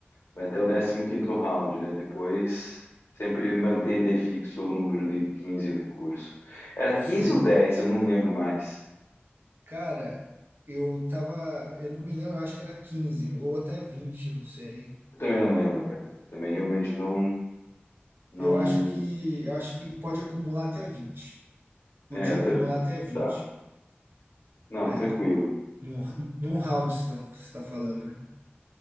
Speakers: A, on the left; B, on the right.
A: Vai até o décimo quinto round, né? Depois sempre mantém daí fixo o número de 15 o recurso. Era 15
B: Sim.
A: ou 10? eu não lembro mais.
B: Cara, eu tava, eu não me lembro, eu acho que era 15 ou até 20, não sei.
A: Eu também não lembro, cara. Também realmente não não
B: Eu acho que eu acho que pode acumular até vinte, Podia
A: é, eu
B: acumular
A: ta-
B: até 20,
A: tá. Não,
B: né?
A: tranquilo.
B: Num, num round você está falando, né?